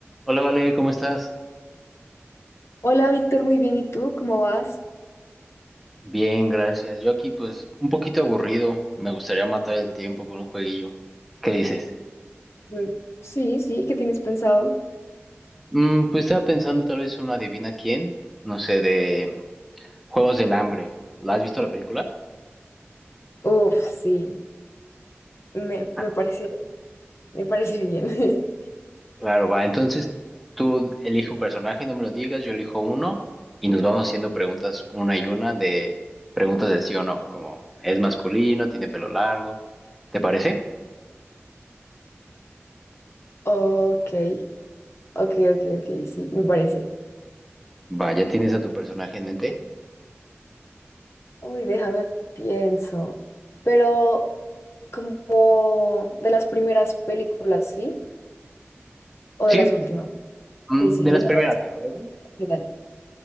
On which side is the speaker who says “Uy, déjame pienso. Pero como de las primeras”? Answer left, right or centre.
Left